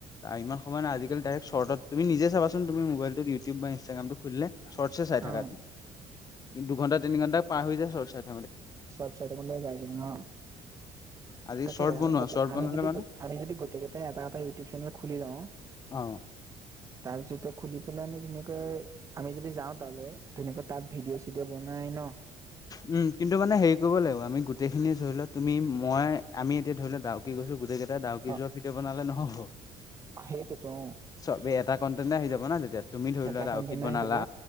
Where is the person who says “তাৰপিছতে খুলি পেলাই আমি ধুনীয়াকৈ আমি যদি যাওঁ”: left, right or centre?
Right